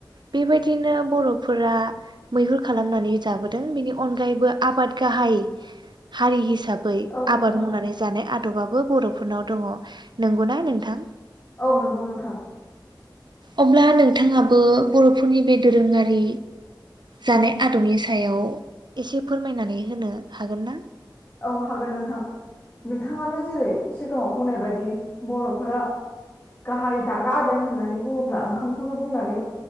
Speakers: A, on the right; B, on the left.
A: बेबायदिनो बर'फोरा मैहुर खालामनानै जाबोदों बेनि अनगायैबो आबाद गाहाय हारि हिसाबै
B: औ
A: आबाद
B: नोंथां
A: मावनानै जानाय आदार आदबाबो बर'फोरनाव दङ नंगौना नोंथां
B: औ नंगौ नोंथां
A: अब्ला नोंथाङाबो बर'फोरनि बे दोरोङारि जानाय आदबनि सायाव एसे फोरमायनानै होनो हागोन ना?
B: औ हागोन नोंथां नोंथाङानो जेरै सिगाङाव बुंनाय बायदि बर'फोरा गाहाय जाग्रा आदार होननानै बुङोब्ला ओंखामखौनो बुंनानै